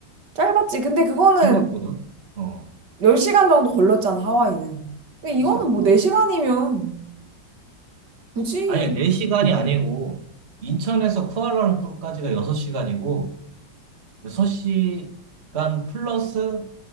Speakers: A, on the right (about 60°); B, on the right (about 35°).
A: 짧았지. 근데 그거는
B: 생각보다. 어,
A: 10시간 정도 걸렸잖아, 하와이는. 근데
B: 그치.
A: 이거는 뭐 4시간이면 굳이
B: 아니야, 4시간이 아니고, 인천에서 쿠알라룸푸르까지가 6시간이고, 6시간 플러스